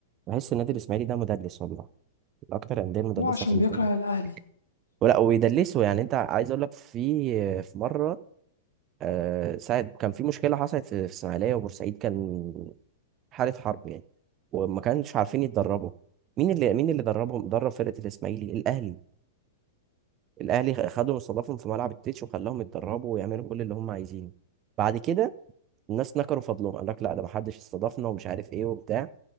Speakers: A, on the right; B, on the left.
A: بحس النادي الاسماعيلي ده مدلس والله من اكتر الانديه المدلسه
B: هو عشان
A: في الدنيا
B: بيكره الأهلي
A: ولا ويدلسوا يعني انت عايز اقول لك في في مره آه، ساعة كان في مشكلة حصلت في في الإسماعيلية وبورسعيد كان حالة حرب يعني وما كانش عارفين يتدربوا مين اللي مين اللي دربهم درب فرقة الإسماعيلي الأهلي الأهلي خ- خدهم استضافهم في ملعب التتش وخلاهم يتدربوا ويعملوا كل اللي هم عايزينه بعد كده الناس نكروا فضلهم قال لك لا ده ما حدش استضافنا ومش عارف ايه وبتاع